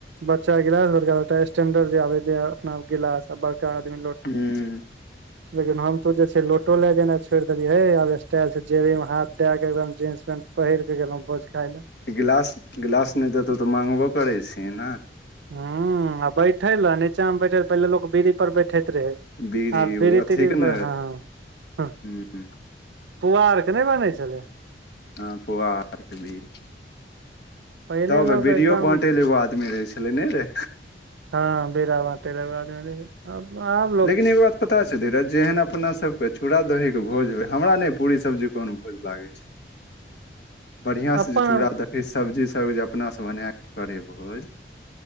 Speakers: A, on the right (about 80°); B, on the left (about 70°).
A: बच्चा गिलास बड़का लोटा स्टैंडर जे आबै है अपना अर गिलास बड़का आदमी लो -
B: हूँ
A: <inaudible> लेकिन हम तु जे छै लोटो लें जेना छोड़ देलि है आब स्टाइल छै जेबी में हाथ दै केँ एकदम जींस पेंट पहिर केँ गेलों भोज खाय ल
B: गिलास गिलास नै देतौ तऽ माँगबो करै छीही न
A: हु आ बैठे लऽ नीचा में बैठे लऽ पहिले लोक बीर पर बैठैत रहै
B: बीड़ी
A: आब
B: ओ
A: बिरी
B: अथीके
A: तीरी
B: ने
A: हऽ
B: <unintelligible>
A: पुआर कऽ नै बनै छलै
B: हऽ पुआर कऽ बिरी
A: पहिले
B: तऽ
A: लोक
B: बै बीडि़यो
A: एकदम
B: बाँटे लए एगो आदमी रहै छलै नेै रै
A: हऽ बेड़ा बाटे लय एगो आदमी रहै अब आब
B: लेकिन एगो बात पता छौ धीरज जेहन अपना सब कौ यऽ चूड़ा दही केँ भोज होै हमरा नै पूरी सब्जी अहोन भोज लागै छै बड़ियाँ से
A: अपन
B: जे चूड़ा दही सब्जी सब अपना स बनै कऽ करेै भोज